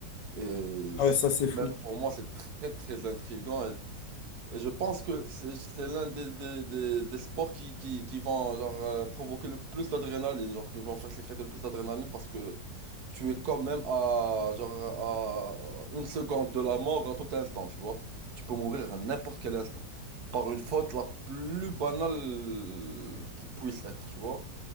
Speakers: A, on the right (about 60°); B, on the left (about 70°).
A: Et
B: Ah
A: c'est-
B: ouais, ça c'est fou.
A: même pour moi, c'est très, très intriguant. Et, et je pense que c'est c'est l'un des, des, des, des sports qui, qui, qui vont genre, euh, provoquer le plus d'adrénaline, genre qui vont faire sécréter le plus d'adrénaline parce que tu es quand même à, genre, à une seconde de la mort à tout instant, tu vois. Tu peux mourir à n'importe quel instant par une faute la plus banale qui puisse être, tu vois.